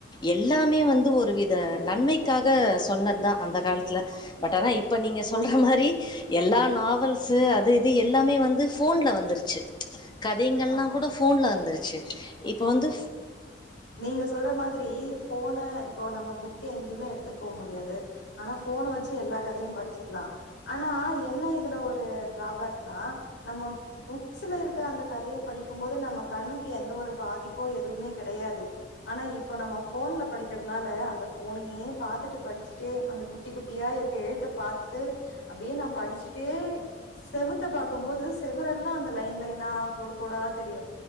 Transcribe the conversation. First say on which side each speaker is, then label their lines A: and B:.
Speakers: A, on the left; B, on the left.
A: எல்லாமே வந்து ஒரு வித நன்மைக்காக சொன்னதுதா அந்த காலத்துல பட் ஆனா இப்ப நீங்க சொல்ற மாரி எல்லா நாவல்ஸ்சு அது இது எல்லாமே வந்து ஃபோன்ல வந்துருச்சு கதைங்கள்ல்லா
B: ஆமா
A: கூட போன்ல வந்துருச்சு இப்ப வந்து
B: நீங்க சொல்ற மாதிரி போனை இப்போ நம்ம புக் எங்கேயுமே எடுத்துட்டு போ முடியாது ஆனா ஃபோன வெச்சு எல்லா கதையு படிச்சுக்கலா ஆனா என்ன இதுல ஒரு டிராபேக்னா நம்ம புக்ஸ்ல இருக்க அந்த கதைய படிக்கும் போது நம்ம கண்ணுக்கு எந்த ஒரு பாதிப்போ எதுவுமே கெடையா து ஆனா இப்போ நம்ம ஃபோன்ல படிக்கிறதுனால அந்த ஃபோனையே பாத்துட்டு படிச்சிட்டே அந்த குட்டி குட்டியா இருக்க எழுத்த பாத்து அப்டியே நா படிச்சிட்டே செவத்த பாக்கும்போது செவரெல்லா அந்த லைன் லைன்னா கோடு கோடா தெரியு